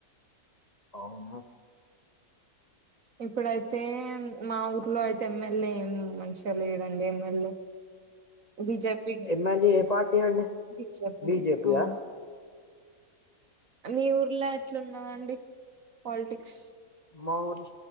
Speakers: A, on the left; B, on the right.
A: అవునా
B: ఇప్పుడైతే మా ఊర్లో అయితే ఎమ్మెల్యే ఏం మంచిగాలేడండి ఎమ్మెల్యే బీజేపీ
A: ఎమ్మెల్యే ఏ పార్టీ అంటడి
B: బీజేపీ
A: బిజెపియా
B: అవును మీ ఊర్లో ఎట్లున్నాదండి పాలిటిక్స్
A: మా ఊరి